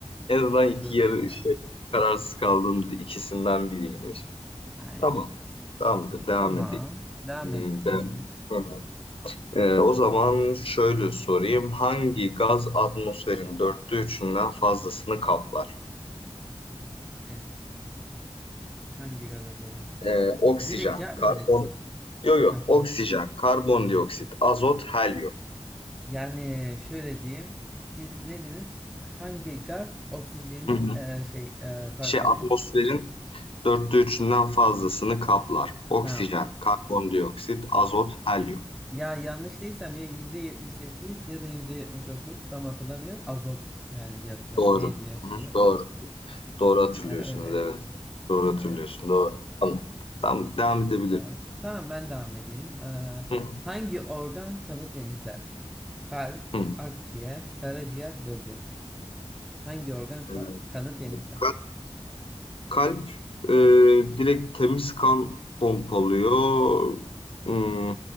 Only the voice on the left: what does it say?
en azından iki
yarı
şey, kararsız kaldığım ikisinden biriymiş.
Tamam. Tamamdır.
Devam
edeyim.
Hmm,
Devam.
Hı hı. Ee, o zaman şöyle sorayım. Hangi gaz atmosferin dörtte üçünden fazlasını kaplar?
Ee, oksijen,
karbon,
yok yok,
oksijen, karbondioksit, azot, helyum.
Hı hı.
Şey
atmosferin dörtte üçünden fazlasını kaplar. Oksijen,
karbondioksit, azot, helyum.
Doğru.
Hı hı, Doğru. Doğru hatırlıyorsunuz.
Evet. Doğru hatırlıyorsun.
Doğru. Tamam. Tamam. Devam
edebilir.
Hı
hı.
Ee,
Kalp e, direkt temiz kan pompalıyor. Hmm,